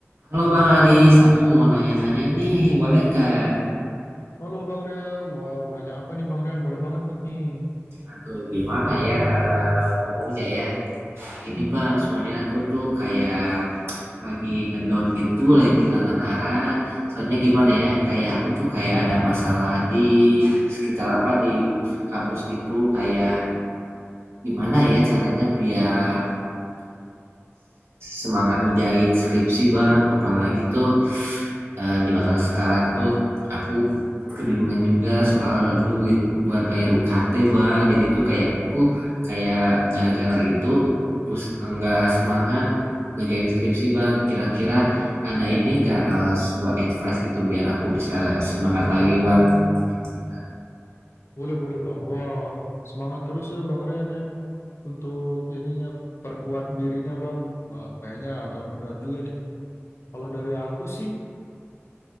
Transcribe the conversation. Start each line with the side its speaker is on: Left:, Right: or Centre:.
Right: Halo Bang Aris, aku mau nanya-nanya nih, boleh nggak?
Left: Halo Bang Rian, wah mau nanya apa nih Bang Rian? Boleh banget nih.
Right: Aduh, gimana ya eh, ngomongnya ya? Gini Bang, sebenarnya aku tuh kayak lagi ngedown gitu, lagi kehilangan arah. Soalnya gimana ya? Kayak aku tuh kayak ada masalah di sekitar apa di kampus gitu, kayak gimana ya caranya biar semangat ngerjain skripsi bang apalagi tuh eh, di masa sekarang tuh aku kebingungan juga soal duit buat bayar UKT bang jadi tuh kayak aku kayak gara-gara itu pus enggak semangat ngerjain skripsi bang kira-kira ada ini enggak sebuah advice gitu biar aku bisa semangat lagi bang Kira-kira.
Left: Boleh, boleh Bang. Wah, semangat terus ya Bang Rian ya untuk ininya perkuat dirinya Bang. Wah, kayaknya agak berat juga nih. Kalau dari aku sih